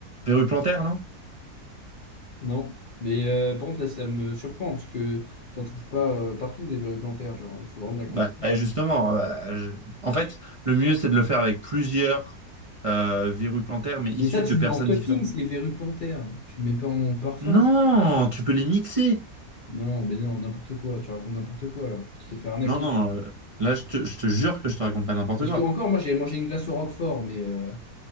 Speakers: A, on the right (about 60°); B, on the left (about 80°).
A: Verru plantaire, non?
B: Non. Mais euh, par contre, là, ça me surprend, parce que t'en trouves pas euh, partout des verrues plantaires, genre, il faut vraiment de la
A: Bah,
B: quantité.
A: justement, euh, je- en fait, le mieux, c'est de le faire avec plusieurs euh, verrues plantaires, mais issues
B: Mais ça, tu
A: de personnes
B: le mets en toppings,
A: différentes.
B: les verrues plantaires. Tu ne mets pas en parfum,
A: Non,
B: c'est pas possible.
A: tu peux les mixer.
B: Non, ben non, n'importe quoi. Tu racontes n'importe quoi, là. Tu t'es fait arnaquer.
A: Non, non, euh, là, je te, je te jure que je te raconte pas n'importe
B: Parce
A: quoi.
B: que, encore, moi, j'avais mangé une glace au Roquefort, mais, euh,